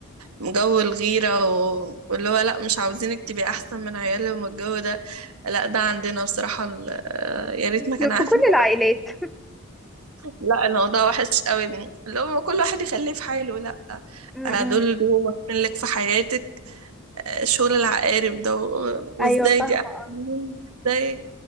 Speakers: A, on the right; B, in the centre.
A: جو الغيره و... واللي هو لا مش عاوزينك تبقي احسن من عيالهم والجو ده لا ده عندنا بصراحه ال... آه، يا ريت
B: <laughs>
A: ما كان عندنا
B: في كل العائلات
A: <laughs> لا الموضوع وحش قوي اللي هو كل واحد يخليه في حاله لا
B: <laughs> م-
A: آه، دول
B: م.
A: <laughs> بيبقوا لك في حياتك آه، شغل العقارب ده و... وازاي
B: أيوة فاهمة
A: دي احسن مني؟ ازاي